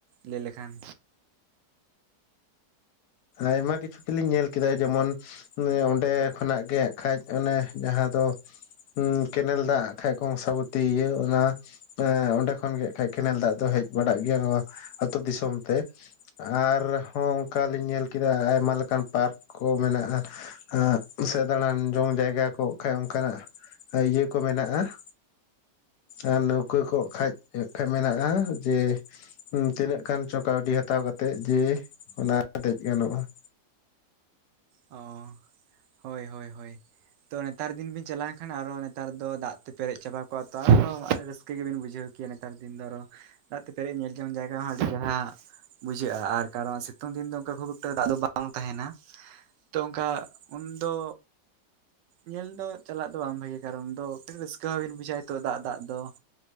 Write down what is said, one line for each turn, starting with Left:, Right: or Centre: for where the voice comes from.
Right: ᱞᱟᱹᱭ ᱞᱮᱠᱷᱟᱱ
Left: ᱟᱭᱢᱟ ᱠᱤᱪᱷᱩ ᱜᱮ ᱞᱤᱧ ᱧᱮᱞ ᱠᱮᱫᱟ ᱡᱮᱢᱚᱱ ᱚᱸᱰᱮ ᱠᱷᱚᱱᱟᱜ ᱜᱮ ᱠᱷᱟᱡ ᱚᱱᱮ ᱡᱟᱦᱟᱸ ᱫᱚ ᱾ ᱠᱮᱱᱮᱞ ᱫᱟᱜ ᱠᱷᱟᱡ ᱠᱚᱝᱥᱟᱵᱚᱛᱤ ᱤᱭᱟᱹ ᱚᱱᱟ ᱮᱸ ᱚᱸᱰᱮ ᱠᱷᱚᱱ ᱜᱮ ᱠᱷᱟᱡ ᱠᱮᱱᱮᱞ ᱫᱟᱜ ᱫᱚ ᱦᱮᱡ ᱵᱟᱲᱟᱜ ᱜᱮᱭᱟ ᱱᱚᱣᱟ ᱟᱹᱛᱩ ᱫᱤᱥᱚᱢ ᱛᱮ ᱟᱨ ᱦᱚᱸ ᱚᱱᱠᱟ ᱞᱤᱧ ᱧᱮᱞ ᱠᱮᱫᱟ ᱟᱭᱢᱟ ᱞᱮᱠᱟᱱ ᱯᱟᱨᱠ ᱠᱚ ᱢᱮᱱᱟᱜᱼᱟ ᱾ ᱥᱮ ᱫᱟᱬᱟᱱ ᱡᱚᱝ ᱡᱟᱭᱜᱟ ᱠᱚᱜ ᱠᱷᱟᱡ ᱚᱱᱠᱟ ᱱᱟᱜ, ᱤᱭᱟᱹ ᱠᱚ ᱢᱮᱱᱟᱜᱼᱟ ᱾ ᱟᱨ ᱱᱟᱹᱣᱠᱟᱹ ᱠᱚᱜ ᱠᱷᱟᱡ ᱠᱷᱟᱱ ᱢᱮᱱᱟᱜᱼᱟ, ᱡᱮ ᱛᱤᱱᱟᱹᱜ ᱜᱟᱱ ᱪᱚ ᱠᱟᱹᱣᱰᱤ ᱦᱟᱛᱟᱣ ᱠᱟᱛᱮᱜ ᱡᱮ ᱚᱱᱟ ᱨᱮ ᱫᱮᱡ ᱜᱟᱱᱚᱜᱼᱟ ᱾
Right: ᱚᱻ ᱦᱳᱭ ᱦᱳᱭ ᱦᱳᱭ ᱛᱚ ᱱᱮᱛᱟᱨ ᱫᱤᱱ ᱵᱤᱱ ᱪᱟᱞᱟᱣ ᱮᱱᱠᱷᱟᱱ ᱟᱨᱚ ᱱᱮᱛᱟᱨ ᱫᱚ ᱫᱟᱜ ᱛᱮ ᱯᱮᱨᱮᱡ ᱪᱟᱵᱟ ᱠᱚᱜᱼᱟ ᱛᱚ ᱨᱟᱹᱥᱠᱟᱹ ᱜᱮᱵᱤᱱ ᱵᱩᱡᱷᱟᱹᱣ <unintelligible> ᱱᱮᱛᱟᱨ ᱫᱤᱱ ᱫᱚ ᱟᱨᱚ ᱫᱟᱜ ᱛᱮ ᱯᱮᱨᱮᱡ ᱧᱮᱞ ᱡᱚᱝ ᱡᱟᱭᱜᱟ ᱡᱟᱦᱟᱸ ᱵᱩᱡᱷᱟᱹᱜᱼᱟ ᱟᱨ ᱠᱟᱨᱚᱱ ᱥᱤᱛᱩᱝ ᱫᱤᱱ ᱫᱚ ᱚᱱᱠᱟ ᱠᱷᱩᱵ ᱮᱠᱴᱟ ᱫᱟᱜ ᱫᱚ ᱵᱟᱝ ᱛᱟᱦᱮᱱᱟ ᱛᱚ ᱚᱱᱠᱟ ᱩᱱ ᱫᱚ ᱧᱮᱞ ᱫᱚ ᱪᱟᱞᱟᱜ ᱫᱚ ᱵᱟᱝ ᱵᱷᱟᱜᱮ ᱠᱟᱨᱚᱱ ᱩᱱ ᱫᱚ ᱠᱟᱹᱴᱤᱡ ᱨᱟᱹᱥᱠᱟᱹ ᱦᱚᱸᱵᱤᱱ ᱵᱩᱡᱷᱟᱹᱣᱟ ᱱᱤᱛᱚᱜ ᱫᱟᱜ ᱫᱟᱜ ᱫᱚ ᱾